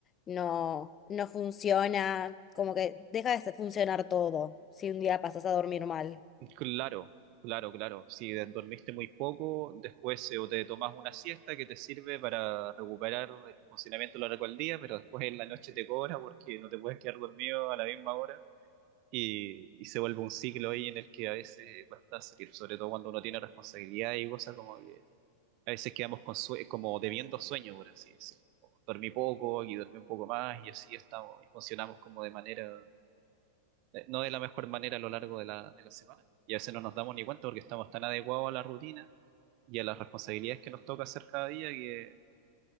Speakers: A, on the left; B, on the right.
A: no, no funciona, como que deja de funcionar todo si un día pasas a dormir mal.
B: Claro, claro, claro. Si de- dormiste muy poco, después eh, o te tomas una siesta que te sirve para recuperar de tu funcionamiento a lo largo del día, pero después en la noche te cobra porque no te puedes quedar dormido a la misma hora y, y se vuelve un ciclo ahí en el que a veces cuesta salir, sobre todo cuando uno tiene responsabilidad y cosas como que a veces quedamos con sue- como debiendo sueño, por así decirlo. Dormí poco y dormí un poco más y así estamos y funcionamos como de manera eh, no de la mejor manera a lo largo de la, de la semana. Y a veces no nos damos ni cuenta porque estamos tan adecuados a la rutina y a las responsabilidades que nos toca hacer cada día que